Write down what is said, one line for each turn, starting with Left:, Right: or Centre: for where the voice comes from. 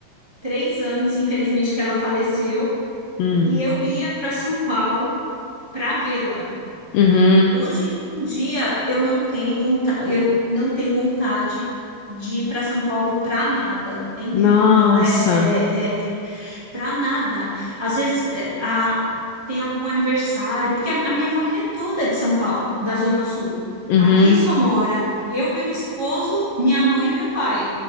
Right: três anos, infelizmente, que ela faleceu,
Left: Hum.
Right: e eu ia para São Paulo para vê-la.
Left: Uhum.
Right: Hoje em dia eu não tenho vontade, eu não tenho vontade de ir para São Paulo para nada. É incrível,
Left: Nossa.
Right: né? É, é, para nada. Às vezes é, a- tem algum aniversário, porque a, a minha família é toda é de São Paulo, da Zona Sul.
Left: Uhum.
Right: Aqui só mora eu, meu esposo, minha mãe e meu pai.